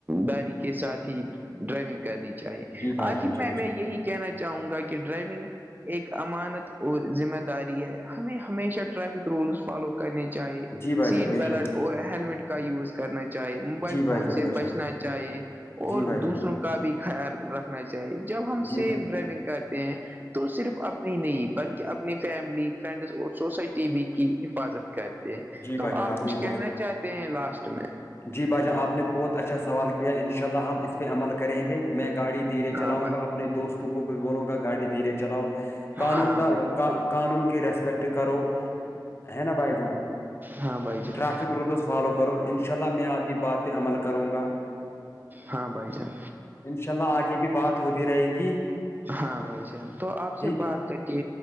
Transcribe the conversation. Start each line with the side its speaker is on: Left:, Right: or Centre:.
Right: داری کے ساتھ ہی ڈرائیونگ کرنی چاہیے
Left: جی بھائی
Right: آخر
Left: جان جی
Right: میں
Left: بھائی جان
Right: میں یہی کہنا چاہوں گا کہ ڈرائیونگ ایک امانت اور ذمہ داری ہے ہمیں ہمیشہ ٹریفک رولس فالو کرنی چاہیے
Left: جی بھائی
Right: سیٹ
Left: جان بے
Right: بیلٹ
Left: شک
Right: اور ہیلمٹ کا یوز کرنا چاہے موبائل
Left: جی بھائی
Right: فون
Left: جان
Right: سے
Left: بے
Right: بسنا
Left: شک
Right: چ ہے اور
Left: جی بھائی
Right: دوسروں
Left: جان
Right: کا بھی خیال رکھنا چاہیے جب ہم
Left: جی
Right: سیف
Left: بھائی
Right: ڈرائیونگ کرتے ہیں تو صرف اپنی نہیں بلکہ اپنی فیملی فرینڈز اور سوسائٹی بھی کی حفاظت کر
Left: جی
Right: تو
Left: بھائی جان
Right: آپ کچھ
Left: نے
Right: کہنا
Left: بہت
Right: چاہتے ہیں لاسٹ میں
Left: جی باجان آپ نے بہت اچھا سوال کیا ہے ان شاء اللہ ہم اس پہ عمل کریں گے میں گاڑی دھیرے
Right: ہاں
Left: چلاؤں
Right: بھائی
Left: گا اپنے دوستوں کو بھی بولوں گا گاڑی دھیرے چلاؤ قانون
Right: ہاں
Left: کا
Right: بھائی
Left: قانون کی رسپیکٹ کرو ہے نا بھائی جان
Right: ہاں بھائی جان
Left: ٹریفک رولز فالو کرو انشاء اللہ میں آپ کی بات پہ عمل کروں گا
Right: ہاں بھائی جان
Left: انشاء اللہ آگے بھی بات ہوتی رہے گی
Right: ہاں بھائی جان تو آپ
Left: ٹھیک
Right: سے بات
Left: ہے
Right: کر کہ